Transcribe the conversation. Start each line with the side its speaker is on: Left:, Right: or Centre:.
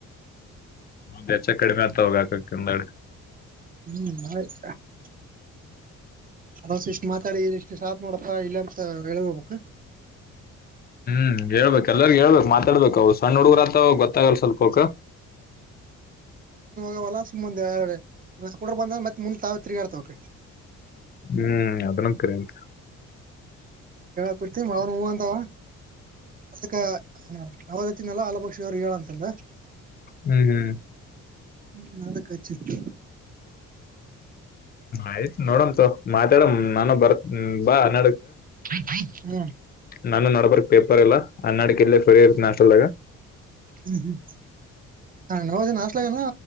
Left: <unintelligible> ಕಡಿಮೆ ಆತ ಹೋಗ <unintelligible>
Right: ಹ್ಮ್ <unintelligible> ಅಡ್ವಾನ್ಸ್ ಇಷ್ಟು ಮಾತಾಡಿ ಇ ಇಷ್ಟು ಸಾಕ್ ನೋಡತ್ತ ಇಲ್ಲ ಅಂತ ಹೇಳ್ಬೇಕು <unintelligible>
Left: ಹ್ಮ್ ಹೇಳ್ಬೇಕ್ ಎಲ್ಲರಿ ಹೇಳ್ಬೇಕ್ ಮಾತಾಡ್ಬೇಕು ಅವ್ರು ಸಣ್ಣ ಹುಡುಗರ ಆತ ಗೊತ್ತಾಗಲ್ಲ ಸ್ವಲ್ಪಕ.
Right: ಹವಲ್ಲಾ ಸುಮ್ಮ ಮುಂದ ಎರ ಕುಡ ಬಂದ ಮತ್ ಮುಂದ್ <unintelligible> ತಾವ ತಿಗಾರ್ತವಕ.
Left: ಹ್ಮ್ ಅದನು ಕರೆ <unintelligible>
Right: <unintelligible> ಅವ್ರ ಹು ಅಂತಾವ. ಅದಕ್ಕ <unintelligible> <unintelligible> ಅವ್ರು ಹೇಳಂತಲ್ಲ.
Left: ಹ್ಮ್ ಹ್ಮ್.
Right: ಹ್ಮ್ ನಡುಕ್ ಹಚ್ಚಿದ್ರು
Left: ಆಯ್ತು ನೋಡಣಂತೋ. ಮಾತಾಡ ನಾನು ಬರ್ತ್ ಬಾಡ
Right: ಹ್ಮ್.
Left: ನಾನು ನೋಡ್ಬಾರಕ್ ಪೇಪರ್ ಎಲ್ಲ ಅನ್ನಾಡಿಕ ಇಲ್ಲೇ ಫ್ರೀ ಇರ್ತನ ಅಷ್ಟಲ್ದಾಗ.
Right: ಹ್ಮ್ ಹ್ಮ್ ಹ ನವದಿನಚಲೆ ನ.